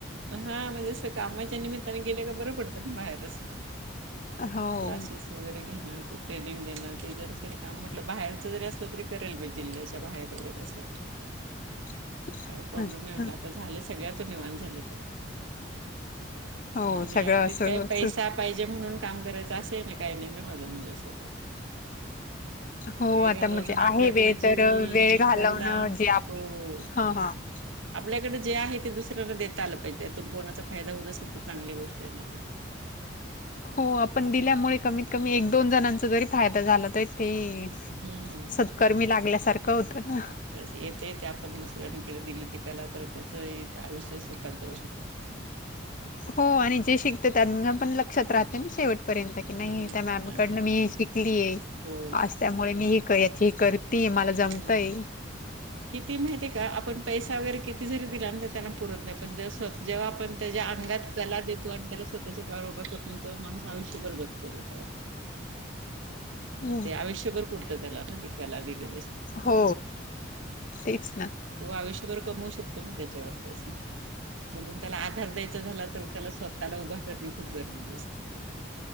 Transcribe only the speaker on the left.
हो
<inaudible> <unintelligible>
अच्छा
हो
सगळं
असं
असं-
हो
आता
म्हणजे
आहे वेळ
तर वेळ घालवणं
जे आप
हांहा! !
हो आपण दिल्यामुळे कमीत कमी एक दोन जणांचा जरी फायदा झाला तरी ठिक
सत्कर्मी लागल्यासारखं होतं ना!
हो आणि जे शिकत त्यांना पण ल लक्ष्यात राहत न शेवटपर्यंत की,
नाही त्या मॅमकडन मी शिकलीय
आस त्यामुळे मी ही याची ही करते मला जमतय
हो
हो... तेच ना?